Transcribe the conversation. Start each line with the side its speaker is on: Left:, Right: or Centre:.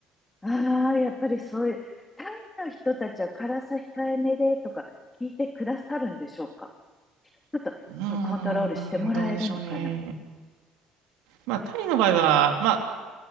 Left: あ、ああ、やっぱりそういう、タイの人たちは辛さ控えめでとか聞いてくださるんでしょうかちょっとこうコントロールしてもらえるのかな
Right: うーん、どうでしょうね。まあ、タイの場合は、ま